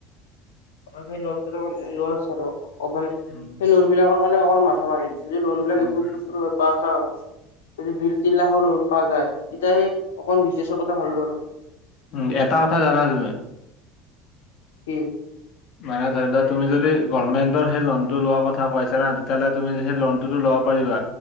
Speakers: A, on the left; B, on the left.
A: অ সেই লোন লোন আছে আৰু অকমান
B: উম
A: সেই লোন বিলাকৰ কাৰণে অকমান মাথা মাৰিম। যদি লোন বিলাক
B: উম
A: এভ পাছ হয় যদি দুই তিনি লাখৰ লোন পোৱা যায়। তেতিয়া অকমান বিজনেছৰ কথা ভাবিম আৰু
B: উ এটা কথা জানা নে নাজানা?
A: কি?
B: মানে ধৰি লোৱা তুি যদি গমেন্ৰ লটো ল কথা কৈছা তেতিয়া হলে তুমি সে লোন টো তো ল'ব পাৰিবা।